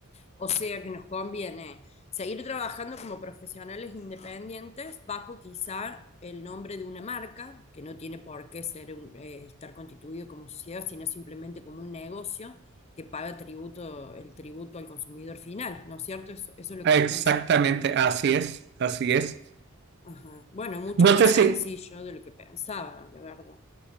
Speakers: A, on the left; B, on the right.
A: O sea que nos conviene seguir trabajando como profesionales independientes bajo quizá el nombre de una marca, que no tiene por qué ser un- eh, estar constituido como sociedad, sino simplemente como un negocio que paga tributo, el tributo al consumidor final, ¿no es cierto? Eso, eso es lo
B: Exactamente,
A: que me estás diciendo.
B: así es, así es.
A: Ajá. Bueno, mucho
B: No
A: más
B: sé
A: sencillo
B: si,
A: de lo que pensaba, la verdad.